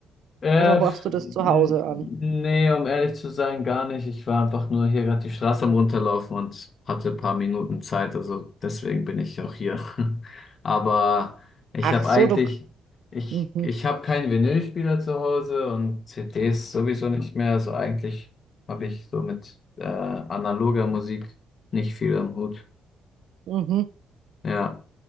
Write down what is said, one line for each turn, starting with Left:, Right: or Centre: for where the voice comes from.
Left: Äh,
Right: Oder horchst du das zu Hause
Left: nee,
Right: an?
Left: um ehrlich zu sein, gar nicht. Ich war einfach nur hier gerade die Straße am Runterlaufen und hatte ein paar Minuten Zeit, also deswegen bin ich auch hier. <laughs> Aber ich
Right: Ach
Left: habe
Right: so,
Left: eigentlich,
Right: du.
Left: ich,
Right: Mhm,
Left: ich habe keinen Vinylspieler zu Hause und CDs sowieso nicht mehr. Also eigentlich habe ich so mit äh, analoger Musik nicht viel am Hut.
Right: mhm.
Left: Ja.